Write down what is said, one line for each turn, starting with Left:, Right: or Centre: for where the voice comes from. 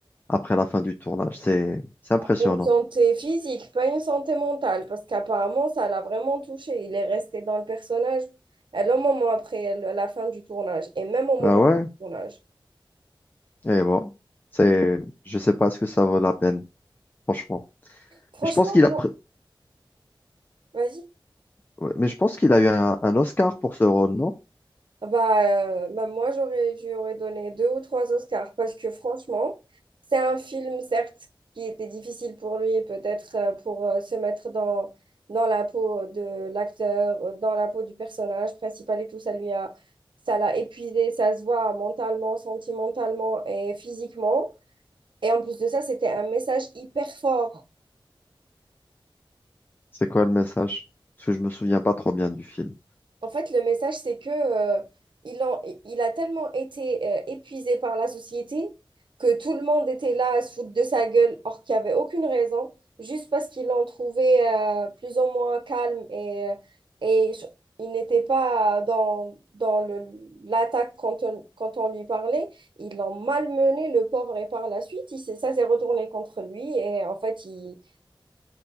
Left: après la fin du tournage. C'est, c'est impressionnant.
Right: Une santé physique, pas une santé mentale, parce qu'apparemment, ça l'a vraiment touché. Il est resté dans le personnage à un moment après le- la fin du tournage et même au moment
Left: Bah ouais,
Right: du tournage.
Left: et bon, c'est, je sais pas ce que ça vaut la peine, franchement.
Right: Franchement,
Left: Mais je pense qu'il a,
Right: moi-
Left: pr-
Right: vas-y.
Left: ouais, mais je pense qu'il a eu un, un Oscar pour ce rôle, non?
Right: Ah Bah, euh, bah, moi, j'aurais, je lui aurais donné deux ou trois Oscars parce que franchement, c'est un film, certes, qui était difficile pour lui, peut-être euh, pour euh, se mettre dans, dans la peau de l'acteur, euh, dans la peau du personnage principal et tout, ça lui a, ça l'a épuisé, ça se voit mentalement, sentimentalement et physiquement. Et en plus de ça, c'était un message hyper fort
Left: C'est quoi le message? Parce que je me souviens pas trop bien du film.
Right: En fait, le message, c'est que euh, il, en- il a tellement été euh, épuisé par la société que tout le monde était là à se foutre de sa gueule, or qu'il n'y avait aucune raison, juste parce qu'ils l'ont trouvé euh, plus ou moins calme et, euh, et ch- il n'était pas dans, dans le, l'attaque quand on, quand on lui parlait. Ils l'ont malmené, le pauvre, et par la suite, il s'est- ça s'est retourné contre lui et en fait, il,